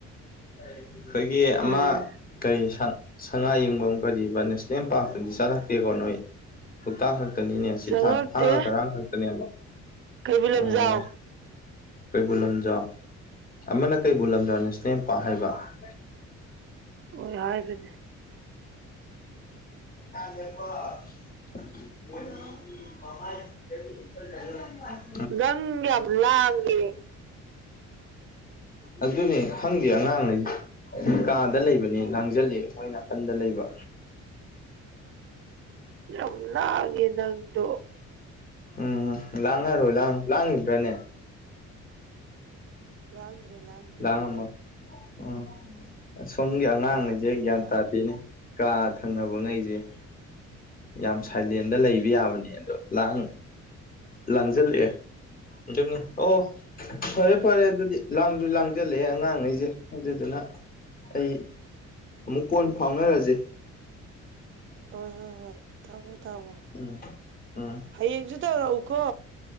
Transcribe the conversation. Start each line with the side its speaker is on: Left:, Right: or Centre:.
Left: ꯑꯩꯈꯣꯏꯒꯤ ꯑꯃ
Right: ꯎꯝ
Left: ꯀꯩ ꯁꯉꯥꯏ ꯌꯦꯡꯐꯝ ꯀꯔꯤꯕ ꯅꯦꯁꯅꯦꯜ ꯄꯥꯔꯛꯇꯨꯗꯤ ꯆꯠꯂꯛꯇꯦꯀꯣ ꯅꯣꯏ ꯂꯣꯛꯇꯥꯛ ꯈꯛꯇꯅꯤꯅꯦ ꯁꯤ
Right: ꯆꯪꯉꯛꯇꯦ
Left: ꯊꯥꯡ ꯊꯥꯡꯒ ꯈꯔꯥꯡ ꯈꯛꯇꯅꯦꯕ
Right: ꯀꯩꯕꯨꯜ ꯂꯝꯖꯥꯎ
Left: ꯑꯣ ꯀꯩꯕꯨꯜ ꯂꯝꯖꯥꯎ ꯑꯃꯅ ꯀꯩꯕꯨꯜ ꯂꯝꯖꯥꯎ ꯅꯦꯁꯅꯦꯜ ꯄꯥꯔ ꯍꯥꯏꯕ ꯀ
Right: ꯍꯣꯏ ꯍꯥꯏꯒꯅꯤ
Left: ꯖꯦꯀ <unintelligible>
Right: ꯗꯪ ꯌꯥꯝ ꯂꯥꯑꯦ
Left: ꯑꯗꯨꯅꯤ ꯈꯪꯗꯦ ꯑꯉꯥꯡꯉꯁ ꯀꯥꯗ ꯂꯩꯕꯅꯦ ꯂꯥꯡꯁꯤꯜꯂꯤ ꯃꯣꯏ ꯅꯥꯀꯟꯗ ꯂꯩꯕ
Right: ꯆꯅꯒꯗꯗꯨ
Left: ꯎꯝ ꯂꯥꯡꯉꯔꯣꯏ ꯂ ꯂꯥꯡꯉꯕ꯭ꯔꯅꯦ
Right: ꯂꯎꯗ꯭ꯔꯔꯤꯂ
Left: ꯂꯥꯡꯝꯃ ꯎꯝ ꯁꯣꯝꯒꯤ ꯑꯉꯥꯡꯅꯤꯁꯦ
Right: ꯂꯥꯡꯒꯅꯨ
Left: ꯒ꯭ꯌꯥꯟ
Right: ꯍꯥꯏꯌꯨ
Left: ꯇꯥꯗꯦꯅꯦ ꯀꯥ ꯊꯪꯅꯕ ꯉ ꯑꯩꯁꯦ ꯌꯥꯝ ꯁꯥꯏꯂꯦꯟꯗ ꯂꯩꯕ ꯌꯥꯕꯅꯦ ꯑꯗꯣ ꯂꯥꯡ ꯂꯥꯡꯁꯤꯜꯂꯛꯑꯦ ꯖꯅꯤ ꯑꯣ ꯐꯔꯦ ꯐꯔꯦ ꯑꯗꯨꯗꯤ ꯂꯥꯡꯁꯨ ꯂꯥꯡꯖꯜꯂꯛꯑꯦ ꯑꯉꯥꯡꯈꯩꯁꯦ ꯑꯗꯨꯗꯨꯅ ꯑꯩ ꯑꯃꯨꯛ ꯀꯣꯟ ꯐꯥꯎꯅꯔꯁꯦ
Right: ꯍꯣꯏ ꯍꯣꯏ ꯍꯣꯏ ꯊꯥꯣ ꯊꯥꯑꯣꯣ
Left: ꯎꯝ ꯎꯝ
Right: ꯍꯌꯦꯡꯁꯨ ꯇꯧꯔꯛꯎꯀꯣ